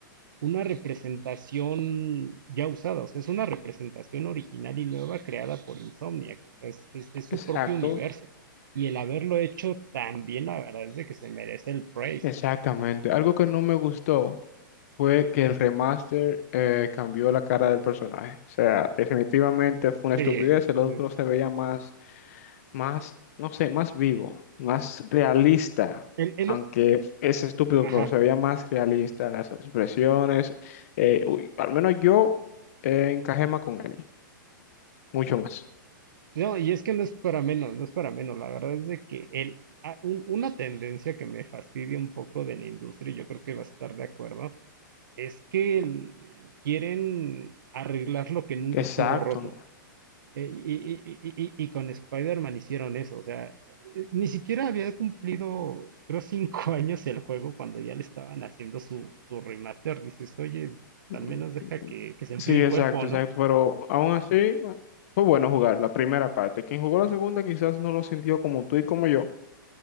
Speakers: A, on the right; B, on the left.
A: una representación ya usada, o sea, es una representación original y nueva creada por Insomniac, o sea, es, es- es su
B: Exacto,
A: propio universo. Y el haberlo hecho tan bien, la verdad es de que se merece el praise.
B: exactamente. Algo que no me gustó fue que el remaster eh, cambió la cara del personaje. O sea, definitivamente fue
A: Sí,
B: una estupidez. El otro
A: sí.
B: se veía más más, no sé, más vivo, más realista,
A: El- el-
B: aunque es estúpido,
A: ajá.
B: pero se veía más realista las expresiones. eh, uy, al menos yo eh, encajé más con él, mucho más.
A: No, y es que no es para menos, no es para menos. La verdad es de que el, a- un- una tendencia que me fastidia un poco de la industria, y yo creo que vas a estar de acuerdo, es que el- quieren arreglar lo que nunca
B: Exacto.
A: estuvo roto.
B: ¿no?
A: Eh, y, y- y- y- y con Spider-Man hicieron eso, o sea, eh, ni siquiera había cumplido, creo, cinco <laughs> años el juego cuando ya le estaban haciendo su, su remaster. Dices, oye,
B: Mm,
A: al menos deja que, que se enfríe
B: Sí,
A: el
B: exacto,
A: cuerpo, ¿no?
B: exacto, pero aún así bueno, fue bueno jugar la primera parte. Quien jugó la segunda quizás no lo sintió como tú y como yo. O